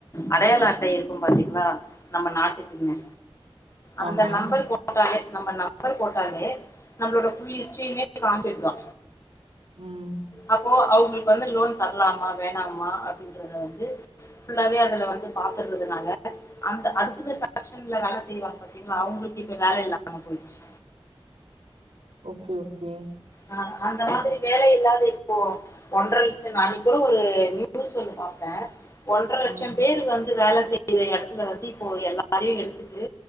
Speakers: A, on the left (about 30°); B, on the right (about 85°).
A: அடையாள அட்ட இருக்கும் பாத்தீங்களா நம்ம நாட்டுக்குன்னு அந்த
B: ஆமா
A: நம்பர் போ போட்டாலே நம்ம நம்பர் போட்டாலே நம்பளோடஃ புல் ஹிஸ்ட்ரியுமே காமிச்சிருதா
B: ம்
A: அப்போ அவுங்களுக்கு வந்து லோன் தர்லாமா வேணாமா அப்டின்றத வந்து ஃபுல்லாவே அதுல வந்து பாத்ததுனால அந்த அதுக்கு சஷன்ல வேல செய்வாங்க பாத்தீங்களா அவுங்களுக்கு இப்ப வேல இல்லாம போயிச்சு
B: ஓகே ஓகே
A: ஆ அந்த மாதிரி வேல இல்லாது இப்போ ஒன்ற லட்ச நா அன்னைக் கூட ஒரு நியூஸ் ஒன்னு பாத்த ஒன்ற லட்சம்
B: ம்
A: பேர் வந் து வேல செய்ற எடத்துல வந்து இப்போ எல்லாரையு எடுத்துட்டு